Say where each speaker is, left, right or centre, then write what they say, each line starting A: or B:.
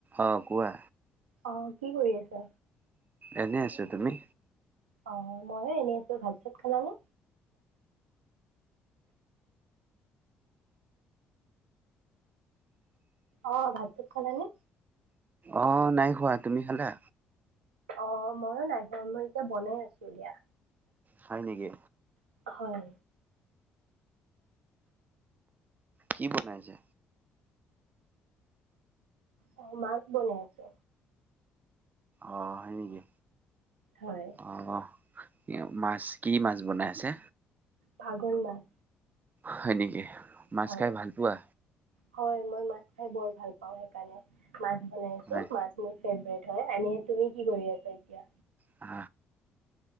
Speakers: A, on the right (about 30°); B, on the right (about 85°).
A: অ কোৱা?
B: অ' কি কৰি আছা?
A: এনে আছো তুমি
B: অ' ময়ো এনে আছো, ভাত চাত খালা নে? অ' ভাত চাত খালা নে?
A: অ' নাই খোৱা, তুমি খালা?
B: অ' ময়ো নাই খোৱা, মই এতিয়া বনাই আছো দিয়া।
A: হয় নেকি?
B: হয়।
A: কি বনাইছে?
B: অ মাছ বনাইছে।
A: অ' হয় নেকি?
B: হয়।
A: অ' মাছ কি মাছ বনাই আছে?
B: ভাঙোন মাছ।
A: হয় নেকি, মাছ
B: হয়।
A: খাই ভাল পোৱা?
B: হয় মই মাছ খায় বৰ ভাল পাওঁ। সেইকাৰণে মাছ বনাইছো,
A: হয়
B: মাছ। মোৰ ফেভৰেট হয়, এনে তুমি কি কৰি আছা এতিয়া?
A: আ